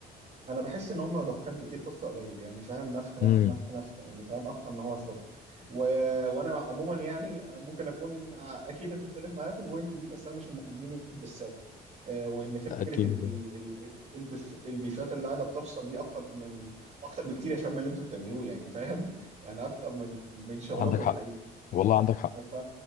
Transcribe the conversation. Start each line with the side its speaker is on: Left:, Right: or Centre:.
Right: انا بحس ان هم دخان كتير كفته قليل يعني فاهم نفخ نفخ
Left: امم
Right: نفخ نفخ يعني فاهم اكتر ما هو شغل و... وانا عموما يعني ممكن اكون اكيد هتختلف معايا في البوينت دي بس انا مش من محبين الدسات آه، وان فكره
Left: اكيد
Right: ال... ال... ال... البف... البيفات اللي قاعده بتحصل دي اكتر من اكتر بكتير يا شباب من اللي انتوا بتعملوه يعني فاهم يعني اكتر من من شغلكم
Left: عندك حق
Right: الحقيقي
Left: والله عندك حق
Right: ف